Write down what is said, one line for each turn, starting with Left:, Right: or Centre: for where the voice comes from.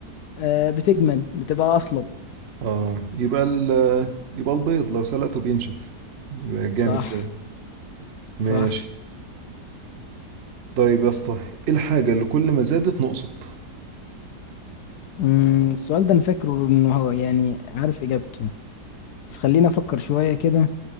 Left: آه بتجمد بتبقى أصلب
Right: اه يبقى ال يبقى البيض لو سلقته بينشف يبقى جامد
Left: صح
Right: كده ماشي
Left: صح
Right: طيب يا اسطى ايه الحاجة اللي كل ما زادت نقصت
Left: امم السؤال ده انا فاكره انه هو يعني عارف اجابته بس خلينا افكر شوية كده